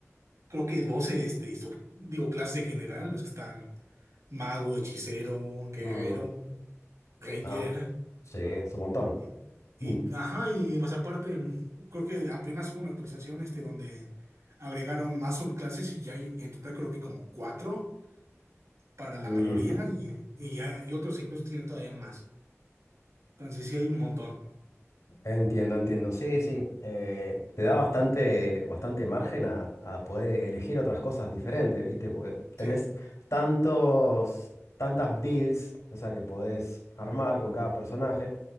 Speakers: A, on the right; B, on the left.
A: creo que 12 este, sub- digo, clases en general, ves que están mago, hechicero, guerrero,
B: mm,
A: ranger.
B: ah, sí, es un montón.
A: Y, y,
B: Mm,
A: ajá, y más aparte, creo que apenas hubo una actualización este donde agregaron más subclases y ya hay en total creo que como cuatro para la
B: ujú.
A: mayoría y, y, ya- y otros incluso tienen todavía más. Entonces sí hay un montón.
B: Entiendo, entiendo. Sí, sí. eh, te da bastante, bastante margen a, a poder elegir otras cosas diferentes, ¿viste? Porque tenés
A: Sí.
B: tantos, tantas builds, o sea, que podés armar con cada personaje.